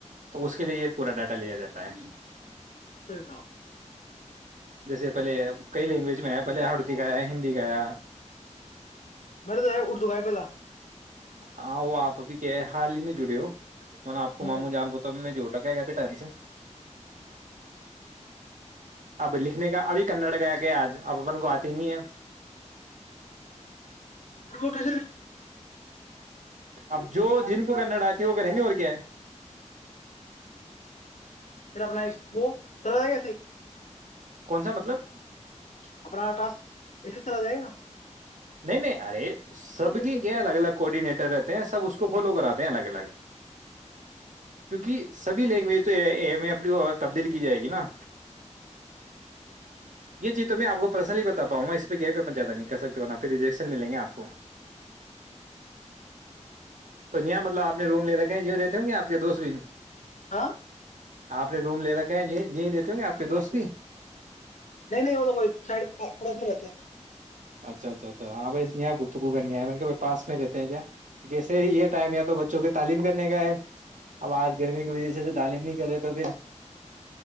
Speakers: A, on the right; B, on the left.
A: تو اس کے لیے پورا ڈاٹا لیا جاتا ہے
B: جنا
A: جیسے پہلے کئی لینگویج میں ہےپ پلے آڑتی گایا ہندی گایا
B: مے تو اردو کا ہے پہلا
A: ہاں وہ آپ ابھی کہ حال ہی میں جڑے ہو م نے آپ کو
B: ہوں
A: ماموں جان کو تو میں نے جوھوٹا کیا کیا بیتا سے اب لکھنے کا ابھی کنڑا گیا گیا آج اب اپن کو آتے نہیں ہے
B: پھر وہ کیسے
A: اب جو جن کو کرنا ڈاہتی وہ کریں گے اور کیا ہے
B: پھر اپنا وہ چل کیسے
A: کون سا مطلب
B: اپپناٹا اسسے چلا جائائے گا
A: نہیں نہیں ارے سب
B: بول تو
A: کے
B: ایک
A: کیا الگ الگ کورڈینیٹر رہتے ہیں سب اس کو فالو کراتے ہیں الگ الگ کیونکہ سبھی لینگویج تو اپنی تبدیل کی جائے گی نا یہ چیز تو میں آپ کو پرسنلی بتا آبپ وہس بیک پ زیادہ نہیں کرکتے نا پہ ریجیکشن ملیں گے آپ کو تو یہ م مط آپ نے روم لے رکھے ہیں ج رہتے ہوں گے آپ کے دوست بھی
B: ہاں
A: آپ نے روم لے رکھا ہے یہ دیتے ہوں گے آپ کے دوست بھی
B: نہیں نہیں وہ تو کوئی سائڈ پڑوس میں رہتے ہیں
A: اچھا اچھا اچھا ہاں ب یہاں گتگو کرنے م پاس میں رہتے ہیں کیاسے یہ ٹائم یا تو بچوں کے تعلیم کرنے کا ہے اب آج گرمی کی وجہی تعلیم نہیں کرے تو پھر